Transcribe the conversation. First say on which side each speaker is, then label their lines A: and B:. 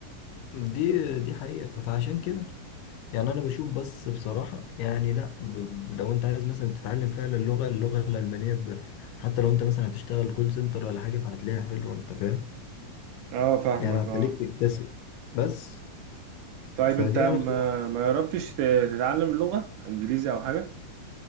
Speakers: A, on the left; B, on the right.
A: فدي
B: أنت
A: دي حقيقة فعشان كده يعني انا بشوف بس بصراحة يعني لا ب... ب- لو انت عايز مثلا تتعلم فعلا اللغة اللغة الألمانية ب... حتى لو انت مثلا هتشتغل كول سنتر ولا حاجة فهتلاقيها حلوة انت فاهم
B: أه فاهمك
A: يعني هتخليك
B: أه
A: تكتسب بس
B: طيب
A: فدي
B: أنت ما
A: انا بصراحة
B: ما جربتش ت- تتعلم لغة إنجليزي أو حاجة؟